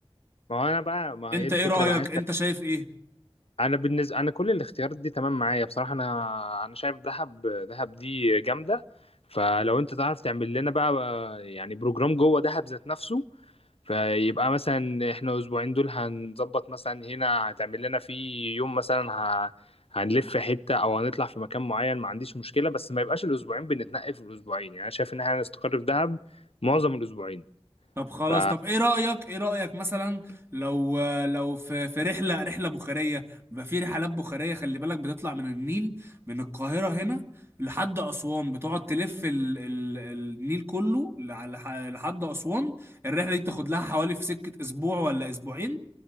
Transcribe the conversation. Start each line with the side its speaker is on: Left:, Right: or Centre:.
Left: ما هو انا بقى ما
Right: انت
Left: هي الفكرة
Right: ايه رايك
Left: بقى انت
Right: انت شايف ايه
Left: انا بالنسبة انا كل الاختيارات دي تمام معايا بصراحة انا انا شايف دهب دهب دي جامدة فلو انت تعرف تعمل لنا بقى يعني بروجرام جوه دهب ذات نفسه فيبقى مثلا احنا اسبوعين دول هنظبط مثلا هنا هتعمل لنا في يوم مثلا ه... هنلف حتة او هنطلع في مكان معين ما عنديش مشكلة بس ما يبقاش الاسبوعين بنتنقل في الاسبوعين يعني انا شايف ان احنا هنستقر في دهب معظم الاسبوعين
Right: طب خلاص
Left: ف
Right: طب ايه رأيك ايه رأيك مثلا لو لو في في رحلة رحلة بخارية بيبقى في رحلات بخارية خلي بالك بتطلع من النيل من القاهرة هنا لحد أسوان بتقعد تلف ال ال النيل كله لع- لح- لحد أسوان الرحلة دي بتاخد لها حوالي في سكة أسبوع ولا أسبوعين